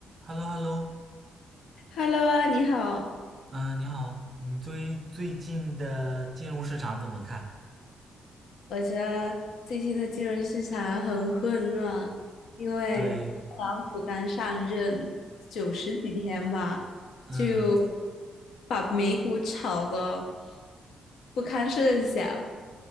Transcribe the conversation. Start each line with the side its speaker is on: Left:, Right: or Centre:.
Right: Hello Hello，
Left: Hello 啊，你好。
Right: 嗯、呃你好，你对最近的金融市场怎么看？
Left: 我觉得最近的金融市场很混乱，因为特朗普刚上任九十几天吧，
Right: 对对，嗯
Left: 就把美股炒的不堪设想。